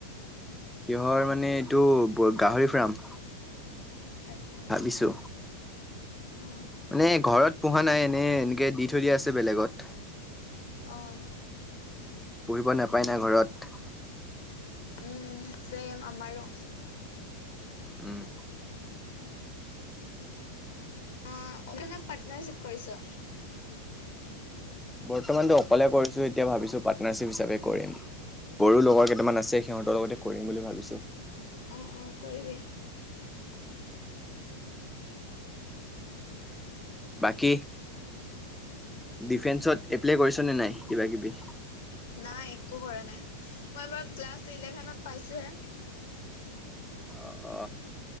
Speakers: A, in the centre; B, on the left.
A: কিহৰ মানে এইটো ব গাহৰি ফাৰ্ম
B: আচ্ছা
A: ভাবিছো
B: অ
A: মানে ঘৰত পোহা নাই এনে এনেকে দি থৈ দিয়া আছে বেলেগত।
B: অঁ
A: পুহিব নাপায় না ঘৰত
B: উম চেম আমাৰো
A: উম,
B: অ অকলে না পাৰ্টনাৰশ্বিপ কৰিছ
A: বৰ্তমানতো অকলে কৰিছো এতিয়া ভাবিছো পাৰ্টনাৰশ্বিপ হিচাপে কৰিম বড়ো লগৰ
B: অ।
A: কেইটামান আছে সিহঁতৰ লগতে কৰিম বুলি ভাবিছো।
B: অঁ অঁ কৰিবি
A: বাকী ডিফেন্সত এপ্লাই কৰিছ নে নাই কিবা কিবি
B: নাই একো কৰা নাই মই এবাৰ ক্লাছ ইলেভেনত পাইছোঁহে
A: অ অ